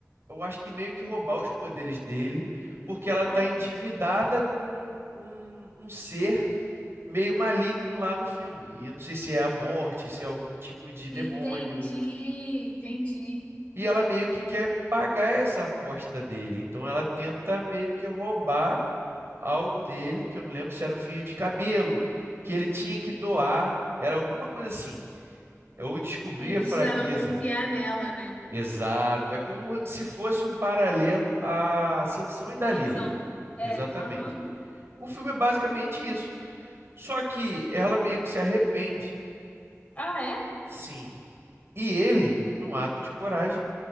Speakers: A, on the right; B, on the left.
A: eu acho que meio que roubar os poderes dele, porque ela
B: Ah,
A: tá endividada
B: é.
A: com um, um ser meio maligno lá no filme. E eu não sei se é a morte, se é algum tipo de
B: Entendi,
A: demônio,
B: entendi.
A: e ela meio que quer pagar essa aposta dele. Então ela tenta meio que roubar algo dele, que eu não lembro se era um fio de cabelo, que ele tinha que doar, era alguma coisa assim. Eu descobri
B: Ele precisava
A: a fraqueza.
B: confiar nela, né?
A: Exato. É como se fosse um paralelo a Sansão e Dalila.
B: Sansão. É,
A: Exatamente.
B: aham.
A: O filme é basicamente isso. Só que ela meio que se arrepende,
B: Ah, é?
A: sim. E ele, num ato de coragem,